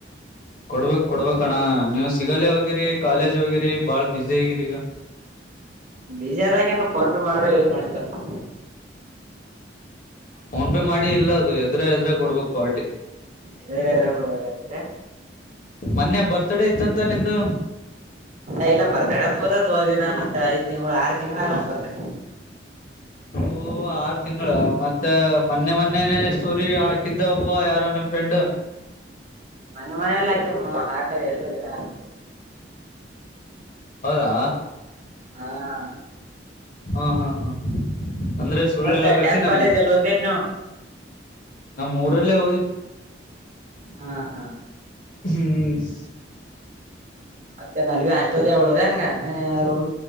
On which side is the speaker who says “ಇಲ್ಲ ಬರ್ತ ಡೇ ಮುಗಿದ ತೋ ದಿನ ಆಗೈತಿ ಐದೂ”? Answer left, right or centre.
Right